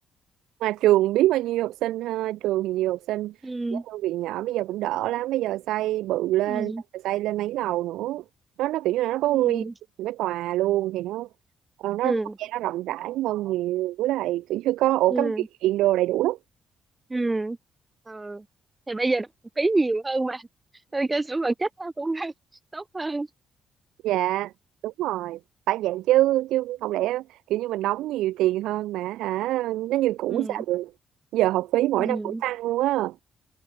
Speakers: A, on the right; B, on the right.
A: mà trường biết bao nhiêu học sinh ha trường thì nhiều học sinh
B: ừ
A: cái thư viện nhỏ bây giờ cũng đỡ lắm bây giờ xây bự lên
B: ừ
A: xây lên mấy lầu nữa nó nó kiểu như là nó có
B: ừ
A: riêng cái tòa luôn thì nó ờ, nó
B: ừ
A: không gian nó rộng rãi hơn nhiều với lại kiểu như có ổ
B: ừ
A: cắm điện đồ đầy đủ lắm
B: ừ ừ. thì bây giờ nó cũng phí nhiều hơn mà nên cơ sở vật chất nó cũng <laughs> đang tốt hơn
A: dạ đúng rồi phải vậy chứ chứ không lẽ kiểu như mình đóng nhiều tiền hơn mà hả nó như cũ
B: ừ
A: sao được giờ học phí mỗi
B: ừ
A: năm cũng tăng luôn á